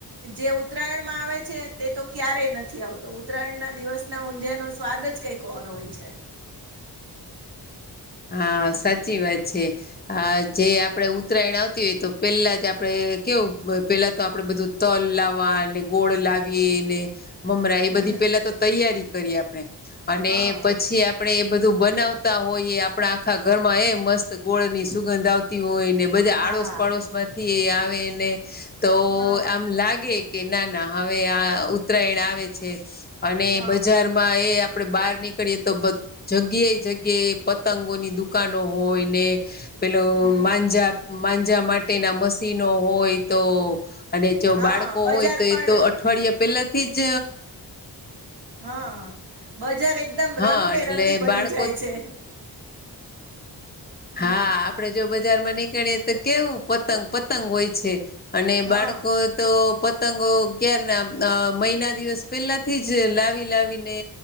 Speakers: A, on the right; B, on the left.
A: જે ઉત્તરાયણ માં આવે છે, તે તો ક્યારેય નથી આવત તો ઉત્તરાયણના દિવસના ઊંધિયાનો સ્વાદ જ કાઈક ઓર હોય છે.
B: હા સાચી વાત છે. હહ જે આપણે ઉત્તરાયણ આવતી હોય તો પેલા જ આપણે કેવું પેલા તો આપણે બધું તલ લાવવા અને ગોળ લાવીએ ને. મમરા એ
A: હમ
B: બધી પેલા તો તૈયારી કરી આપણે અને
A: હા
B: પછી આપણે એ બધું બનાવતા હોઈએ આપણા આખા ઘરમાં એ મસ્ત ગોળની સુગંધ આવતી હોય ને બધા
A: હા
B: આડોશ પાડોશ માંથી એ આવે ને તો
A: હા
B: આમ લાગે કે ના ના હવે આ ઉત્તરાયણ આવે છે અને
A: હા
B: બજાર એ આપડે બહાર નીકળીયે તો જગ્યા જગ્યા પટ પતંગો ની દુકાનો હોય ને પેલો
A: હમ
B: માંજા માંજા માટે ના મશીનો હોય તો અને જો
A: હા
B: બાળકો
A: બજાર
B: હોય તો એ
A: પણ
B: તો અઠવાડિયા પેલા થી જ
A: હા બજાર એકદમ
B: હા
A: રંગબેરંગી
B: એટલે બાળકો
A: બની જાય છે હમ
B: હા આપણે જો બજારમાં નીકળીએ તો કેવું પતંગ પતંગ હોય છે અને
A: હા
B: બાળકો તો પતંગો ક્યાર ના મહિના દિવસ પહેલા થી જ લાવી લાવીને